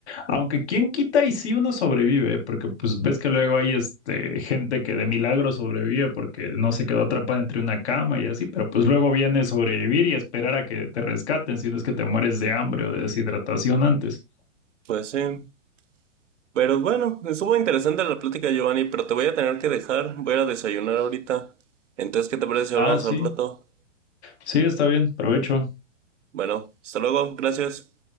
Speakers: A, on the left (about 60°); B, on the right (about 70°).
A: aunque quién quita y si uno sobrevive, porque pues ves que luego hay este gente que de milagro sobrevive porque no se quedó atrapada entre una cama y así, pero pues luego viene sobrevivir y esperar a que te rescaten, si no es que te mueres de hambre o de deshidratación antes.
B: Pues sí. Pero bueno, estuvo interesante la plática, Giovanni, pero te voy a tener que dejar. Voy a ir a desayunar ahorita. Entonces, ¿qué te parece si hablamos
A: Ah, sí,
B: al plato?
A: sí, está bien, provecho.
B: Bueno, hasta luego. Gracias.